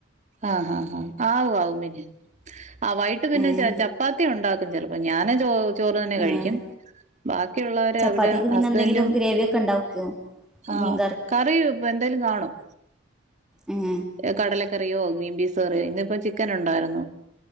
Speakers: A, on the right; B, in the centre.
A: ആ ഹാ ഹാ ആവും ആവും പിന്നെ ആ വൈകിട്ട് പിന്നെ
B: ഏഹ്
A: ച ചപ്പാത് ത്തിയുണ്ടാക്കും ചെലപ്പം ഞാന് ചോ ചോറ് തന്നെ കഴിക്കും
B: ഏഹ്
A: ബാക്കിയുള്ളവര്
B: ചപ്പാത്തിക്ക്
A: അവരാ
B: പിന്നെ
A: ഹസ്ബൻ്റും
B: എന്തെങ്കിലും ഗ്രേവിയൊക്കെ ഉണ്ടാക്കോ?
A: ആഹ്
B: മീൻ
A: കറി ഇപ്പ എന്തേലും കാണും
B: ഉം
A: കടലക്കറിയോ ഗ്രീബീസ് കറിയോ ഇന്നപ്പോ ചിക്കൻ ഉണ്ടായിരുന്നു